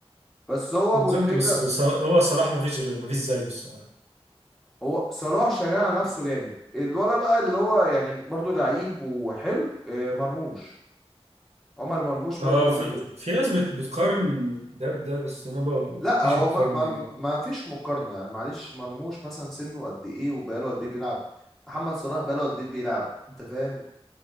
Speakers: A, in the centre; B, on the right (about 85°).
A: بس هو
B: بالظبط
A: ابو تريكة
B: بس صلاح هو صلاح مفيش غير- مفيش زيه الصراحة
A: هو صلاح شغال على نفسه جامد الولا بقى اللي هو يعني برضو لعيب وحلو آه، مرموش عمر مرموش برضو
B: اه في, في ناس بت بتقارن ده بده بس أنا بقى
A: لا
B: مفيش
A: هو
B: مقارنة
A: ما, ما,
B: يا جدعان
A: ما فيش مقارنة يعني معلش مرموش مثلا سنه قد ايه وبقاله قد ايه بيلعب محمد صلاح بقاله قد ايه بيلعب انت فاهم